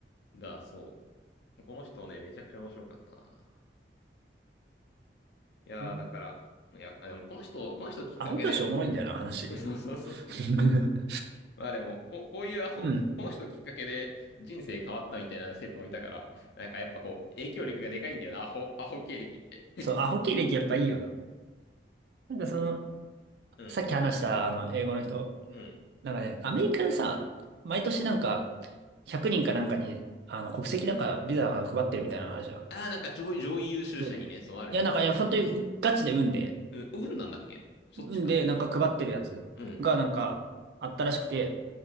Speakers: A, on the left (about 70°); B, on the right (about 65°).
A: だ、そう。この人ね、めちゃくちゃ面白かったな。いやー、
B: うん
A: だから、いや、あでもこの人、この人きっかけで、
B: アホ教師おもろいんだよな、話。
A: <laughs> そうそうそうそう。
B: <laughs>
A: まあでも、こう、こういうアホ、
B: うん。
A: この人きっかけで人生変わったみたいな生徒もいたから、なんかやっぱこう、影響力がでかいんだよな、アホ、アホ経歴って。
B: そう、アホ経歴やっぱいいよな。なんかその、
A: うん、
B: さっき話したあの、英語の人、
A: うん。
B: なんかね、アメリカでさ、毎年なんか、100人かなんかに、あの、国籍だからビザが配ってるみたいなのあるじゃん。
A: ああ、なんか上位、上位優秀者にね、
B: そう
A: そうあるね。
B: いや、なんか、いや、本当にガチで運で、
A: うん、運なんだっけそっちか。
B: 運でなんか配ってるやつがなんか、
A: うん、
B: あったらしくて、